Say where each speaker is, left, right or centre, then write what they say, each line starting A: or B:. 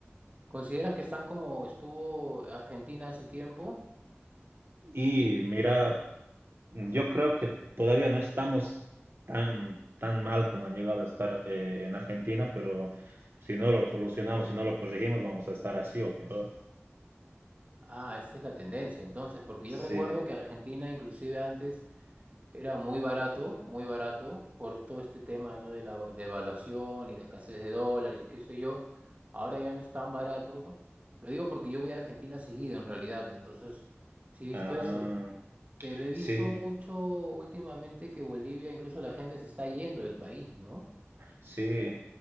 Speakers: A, on the right; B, on the right.
A: ¿Consideras que están como estuvo Argentina hace tiempo?
B: Y mira, yo creo que todavía no estamos tan, tan mal como han llegado a estar eh, en Argentina, pero si no lo solucionamos, si no lo corregimos, vamos a estar así o peor.
A: Ah, esa es la tendencia entonces, porque
B: Sí,
A: yo recuerdo que Argentina inclusive antes era muy barato, muy barato, por todo este tema, ¿no? de la devaluación y la escasez de dólares y qué sé yo. Ahora ya no es tan barato. Lo digo porque yo voy a Argentina seguido en realidad, ¿no? Entonces, sí he visto
B: ah,
A: eso, pero he visto
B: sí.
A: mucho últimamente que Bolivia, incluso la gente se está yendo del país, ¿no?
B: Sí,